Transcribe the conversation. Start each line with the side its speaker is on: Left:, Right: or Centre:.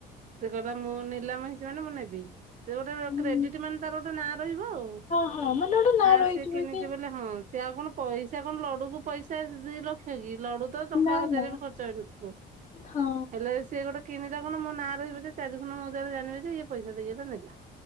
Right: ସେ କହିଲା ମୁଁ ନିଲାମ <unintelligible> ମୁଁ ନେବି ସେ ଗୋଟେ
Left: ହୁଁ।
Right: କ୍ରେଡିଟ ମାନେ ତାର ଗୋଟେ ନାଁ ରହିବ ଆଉ।
Left: ଅଁ ମାନେ। ଗୋଟେ ନାଁ
Right: ହାଁ
Left: ରହିଯିବ
Right: ସିଏ କିନିଚି
Left: କି
Right: ବୋଲି ହଁ ସିଏ ଆଉ କଣ ପଇସା କଣ ଲଡୁକୁ ପଇସା ଦି ଲକ୍ଷ କି ଲଡୁ ତ ଟଙ୍କା
Left: ନା
Right: ହଜାର
Left: ନା
Right: ବି ଖର୍ଚ୍ଚ ଏଇନଥିବ
Left: ହଁ
Right: ହେଲେ ସ୍ ସେ ଗୋଟେ କିଣିଲା କଣ ମୋ ନାଁ ରହିବ ଯେ ଚାରିଖନ ମୌଜାରେ ଜାନିବେ ଯେ ଇଏ ପଇସା ଦେଇ ଏଟା ନେଲା